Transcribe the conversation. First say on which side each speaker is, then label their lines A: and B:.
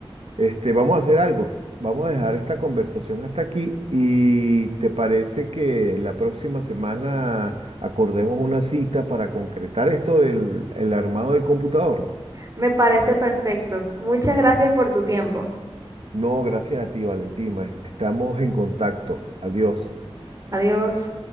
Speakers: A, on the right; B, on the right.
A: Este, vamos a hacer algo. Vamos a dejar esta conversación hasta aquí y te parece que la próxima semana acordemos una cita para concretar esto del el armado del computador.
B: Me parece perfecto. Muchas gracias por tu tiempo.
A: No, gracias a ti, Valentina. Estamos en contacto. Adiós.
B: Adiós.